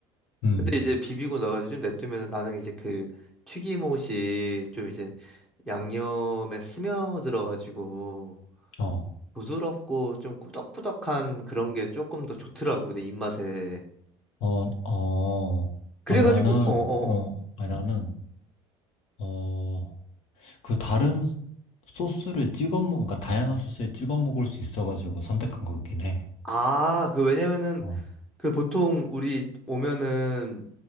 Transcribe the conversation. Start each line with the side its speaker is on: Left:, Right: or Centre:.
Left: 음,
Centre: 근데 이제 비비고 나가지고 좀 냅두면 나는 이제 그 튀김옷이 좀 이제 양념에 스며들어가지고
Left: 어,
Centre: 부드럽고 좀 꾸덕꾸덕한 그런 게 조금 더 좋더라고, 내 입맛에.
Left: 어, 어.
Centre: 그래가지고,
Left: 아니, 나는,
Centre: 어어어.
Left: 어, 아니, 나는, 어, 그 다른 소스를 찍어 먹, 그러니까 다양한 소스에 찍어 먹을 수 있어가지고 선택한 거긴 해.
Centre: 아, 그 왜냐면은
Left: 어,
Centre: 그 보통 우리 오면은